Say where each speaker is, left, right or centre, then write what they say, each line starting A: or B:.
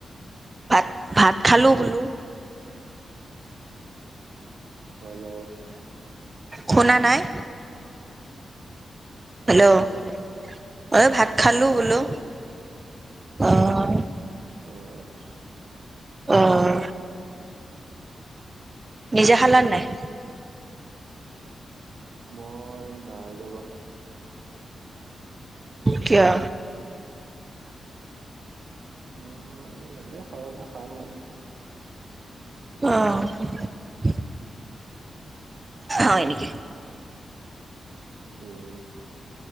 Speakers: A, on the right (about 25°); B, on the right (about 70°).
A: ভাত ভাত খালো বোলো।
B: হেল্ল'
A: শুনা নাই। হেল্ল'?
B: অ ক
A: অ ভাত খালো
B: উম
A: বোলো
B: শুনা পাইছো
A: অহ।
B: অ আচ্ছা।
A: অহ। নিজে খালা নে নাই?
B: মই নাই দৱা।
A: কিয়া?
B: মই এনে খাৱা নাই খাম আৰ।
A: অহ। অ এনেক
B: উম